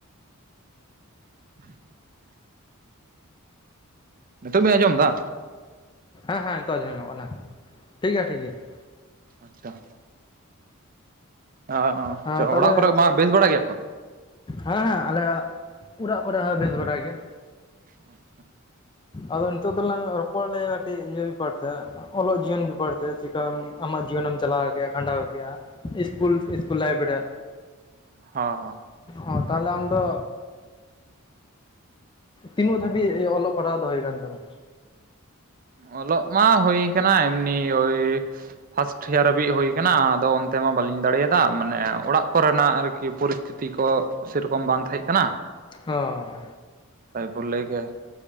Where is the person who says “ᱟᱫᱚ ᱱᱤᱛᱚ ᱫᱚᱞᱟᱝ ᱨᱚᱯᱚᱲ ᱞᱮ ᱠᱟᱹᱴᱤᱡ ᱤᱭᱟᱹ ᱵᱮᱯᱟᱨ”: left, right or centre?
Left